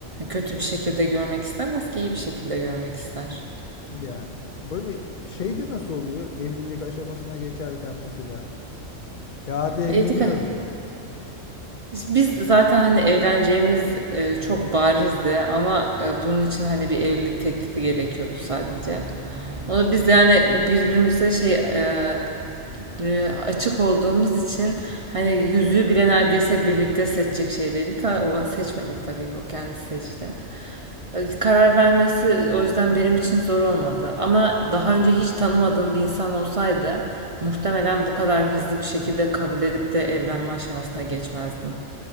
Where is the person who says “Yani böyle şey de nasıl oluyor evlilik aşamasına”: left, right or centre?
Left